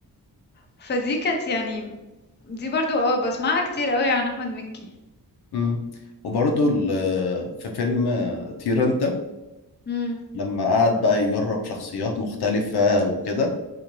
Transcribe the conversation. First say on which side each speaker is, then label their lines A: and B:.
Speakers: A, on the left; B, on the left.
A: فدي كانت يعني دي برضه آه، باسمعها كتير أوي عن أحمد مكي.
B: مم. وبرضه ال- في فيلم طير انت
A: إمم،
B: لما قعد بقى يجرب شخصيات مختلفة وكده